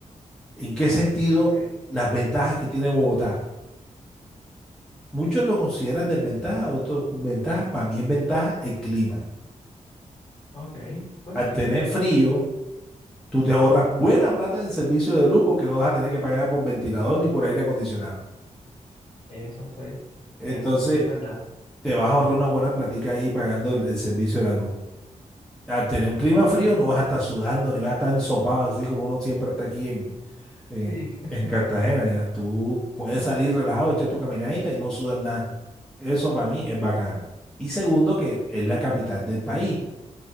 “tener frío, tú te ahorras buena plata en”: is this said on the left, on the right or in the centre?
Centre